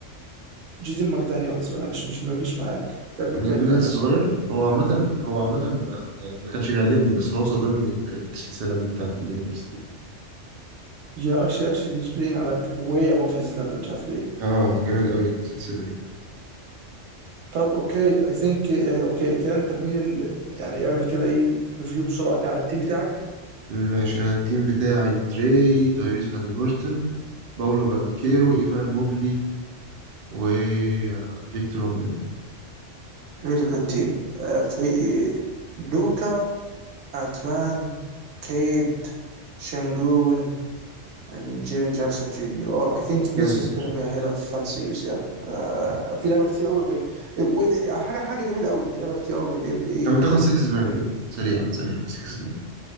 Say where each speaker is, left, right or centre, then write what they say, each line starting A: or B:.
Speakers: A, on the right; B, on the right.
A: جيدين ماكدانيالز ولا مش مش ما يجيش معاك مش عارف جيب
B: ماجنيز
A: بالي فجأة
B: صغير هو عامه هو عامه ما- يعني ما كانش بيعجبني بس هو صادمني السلسله دي بتاعت الليكرز دي
A: يا اكشلي اكشلي هيز بلاينج على واي ابوف هيز ليفل مش عارف ليه
B: اه جامد قوي السلسله دي
A: طب اوكي اي ثينك اوكي كده انت بمين ال... يعني اعمل كده ايه ريفيو بسرعة كده على التيم بتاعك
B: أمم، ماشي انا التيم بتاعي تري تايريس هاليبرتون باولو بانكيرو ايفان موبلي وفيكتور اومبانيا
A: ريلي جود تيم فريق لوكا انت مان كيد شنجون and Jaren Jackson Jr. Oh, I think this
B: جامد
A: is
B: فشخ.
A: gonna be a hell of a fun series yeah. آه،
B: مم.
A: في لعبة كتير قوي و- حاجة حاجة جميلة قوي إن في لعبة كتير قوي من ال NBA
B: طب انت تاخد 6 مان
A: من
B: كده سريعا سريعا 6 مان